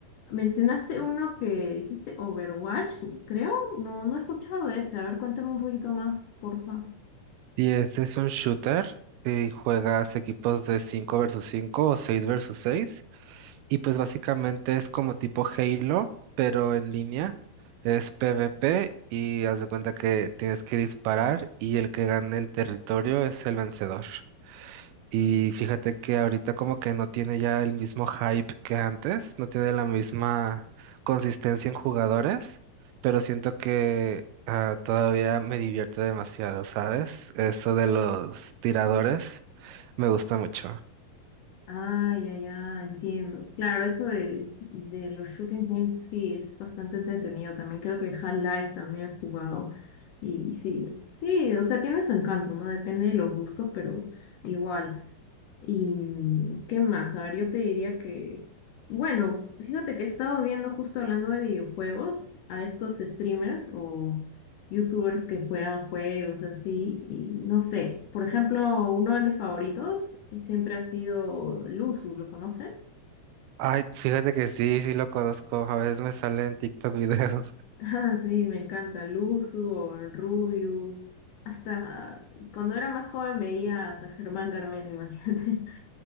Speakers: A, on the left (about 70°); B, on the right (about 85°).
A: mencionaste uno que dijiste Overwatch, creo. No, no he escuchado de ese. A ver, cuéntame un poquito más, porfa.
B: ¿Y ese es un shooter? ¿Y juegas equipos de 5 versus 5 o 6 versus seis Y pues básicamente es como tipo Halo, pero en línea. Es PvP y haz de cuenta que tienes que disparar y el que gane el territorio es el vencedor. Y fíjate que ahorita como que no tiene ya el mismo hype que antes, no tiene la misma consistencia en jugadores, pero siento que ah, todavía me divierte demasiado, ¿sabes? Eso de los tiradores me gusta mucho.
A: Ah, ya, ya, entiendo. Claro, eso de, de los shooting games sí es bastante entretenido también. Creo que Half-Life también he jugado. Y, y sí, sí, o sea, tiene su encanto, ¿no? Depende de los gustos, pero igual. ¿Y mm, qué más? A ver, yo te diría que, bueno, fíjate que he estado viendo justo hablando de videojuegos a estos streamers o youtubers que juegan juegos así y no sé, por ejemplo, uno de mis favoritos siempre ha sido Luzu, ¿lo conoces? <laughs>
B: Ay, fíjate que sí, sí lo conozco. A veces me sale en TikTok videos.
A: Ah, sí, me encanta Luzu o Rubius. Hasta cuando era más joven veía a Germán Carmen, imagínate. <laughs>